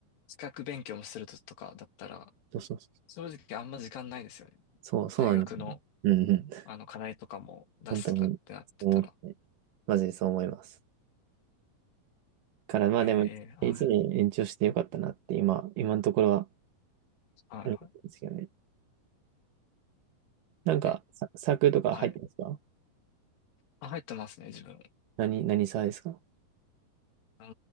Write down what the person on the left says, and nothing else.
資格勉強もするととかだったら、
正直あんま時間ないですよね。
大学の
あの、課題とかも出すとかってなってたら。
へえ、はい、
はい、
は
い。え、
はい。あ、入ってますね、自分。
あ